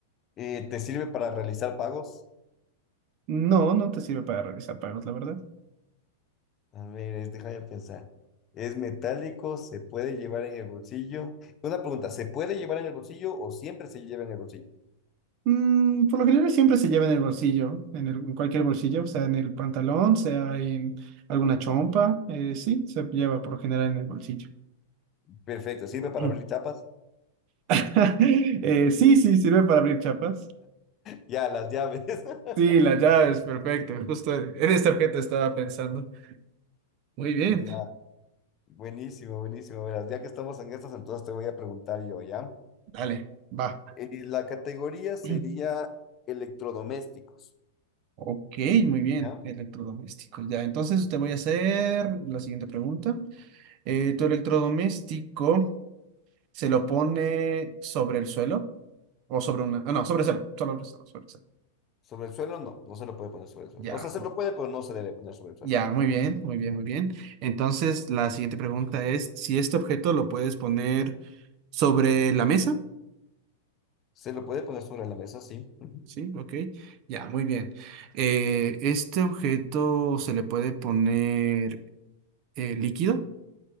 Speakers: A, on the left; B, on the right.
A: Eh, ¿te sirve para realizar pagos?
B: No, no te sirve para realizar pagos, la verdad.
A: A ver, es- déjame pensar. ¿Es metálico? ¿Se puede llevar en el bolsillo? Una pregunta, ¿se puede llevar en el bolsillo o siempre se lleva en el bolsillo?
B: Mm, por lo general siempre se lleva en el bolsillo, en el- en cualquier bolsillo, sea en el pantalón, sea en alguna chompa, eh, sí, se lleva por lo general en el bolsillo.
A: Perfecto, ¿sirve para
B: Mm.
A: abrir chapas?
B: <laughs> Eh, sí, sí, sirve para abrir chapas.
A: Ya, las llaves. <laughs>
B: Sí, la llave es perfecto. Justo en este objeto estaba pensando. Muy bien,
A: Ya, Buenísimo, buenísimo. Verás, ya que estamos en estas, entonces te voy a preguntar yo, ¿ya?
B: dale. Va.
A: Eh, la categoría sería
B: <clears throat>
A: electrodomésticos,
B: Ok, muy bien,
A: ¿ya?
B: electrodomésticos. Ya, entonces te voy a hacer la siguiente pregunta. Eh,
A: Ujú.
B: ¿tu electrodoméstico se lo pone sobre el suelo o sobre una... ah, no, sobre el suelo, sobre el suelo, sobre el suelo.
A: Sobre el suelo, no, no se lo puede poner sobre el suelo.
B: Ya,
A: O sea, se
B: o-
A: lo puede, pero no se debe poner sobre el suelo.
B: ya, muy bien, muy bien, muy bien. Entonces la siguiente pregunta es si este objeto lo puedes poner sobre la mesa.
A: Se lo puede poner sobre la mesa, sí. Ujú.
B: Sí, ok. Ya, muy bien. Eh, ¿este objeto se le puede poner eh, líquido?